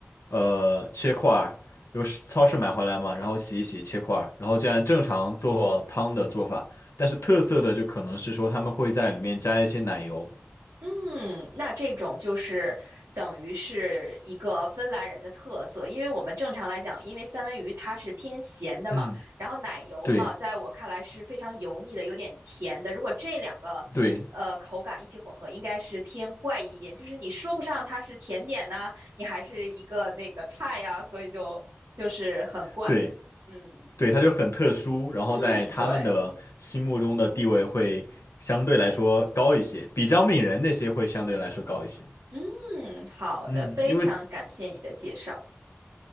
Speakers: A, on the left; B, on the right.
A: 呃，切块儿，由市超市买回来嘛，然后洗一洗切块儿，然后这样正常做汤的做法。但是特色的就可能是说他们会在里面加一些奶油。
B: 嗯，那这种就是等于是一个芬兰人的特色，因为我们正常来讲，因为三文鱼它是偏咸的嘛，
A: 嗯，
B: 然后奶油嘛，
A: 对
B: 在我看来是非常油腻的，有点甜的。如果这两个呃口感一起混合，
A: 对
B: 应该是偏怪异一点，就是你说不上它是甜点呐、你还是一个那个菜呀、所以就就是很怪。
A: 对
B: 嗯
A: 对，它就很特殊，然后在他们的心目中的地位会相对来说高一些，
B: 嗯，对，
A: 比姜饼人那些会相对来说高一些。
B: 嗯，好的，
A: 嗯，
B: 非常感谢你的介绍。
A: 因为